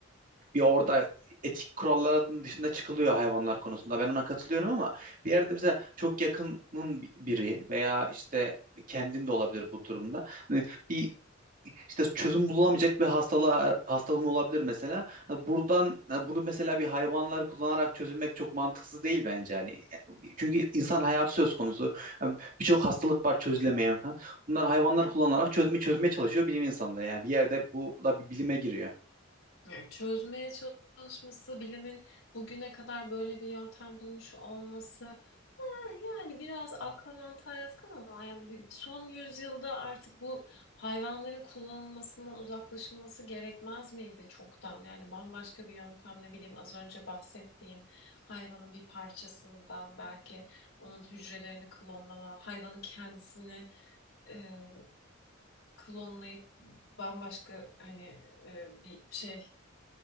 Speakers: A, on the right; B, on the left.
A: bir orada etik kuralların dışında çıkılıyor hayvanlar konusunda. Ben ona katılıyorum ama bir yerde mesela çok yakının biri veya işte kendin de olabilir bu durumda. Hani bir işte çözüm bulamayacak bir hastalığa hastalığın olabilir mesela. Hani Buradan hani bunu mesela bir hayvanları kullanarak çözülmek çok mantıksız değil bence hani. Çünkü insan hayatı söz konusu. Yani birçok hastalık var çözülemeyen falan. Bunlar hayvanlar kullanarak çözme çözmeye çalışıyor bilim insanları. Yani bir yerde bu, bu da bir bilime giriyor.
B: Yani çözmeye çalışması, bilimin bugüne kadar böyle bir yöntem bulmuş olması Yani biraz akla mantığa yatkın ama yani bir- son yüzyılda artık bu hayvanların kullanılmasından uzaklaşılması gerekmez miydi çoktan? Yani bambaşka bir yöntem ne bileyim az önce bahsettiğim hayvanın bir parçasından belki onun hücrelerini klonlama, hayvanın kendisini e, klonlayıp bambaşka hani e, bir şey